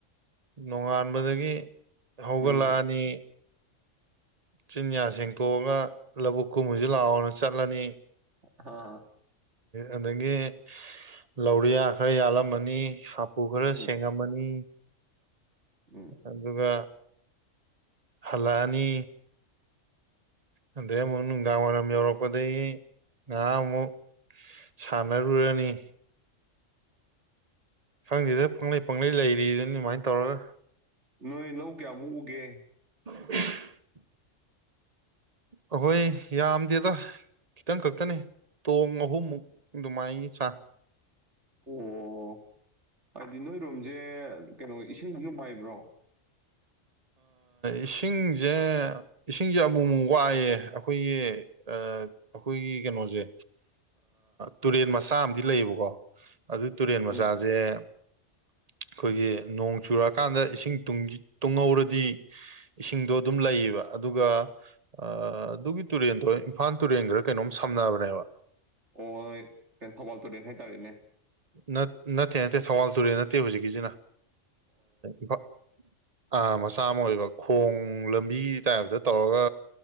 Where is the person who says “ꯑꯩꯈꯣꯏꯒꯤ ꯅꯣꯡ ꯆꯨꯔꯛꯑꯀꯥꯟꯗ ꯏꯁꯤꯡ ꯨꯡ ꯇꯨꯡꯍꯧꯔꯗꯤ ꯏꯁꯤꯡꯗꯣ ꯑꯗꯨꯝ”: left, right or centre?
Right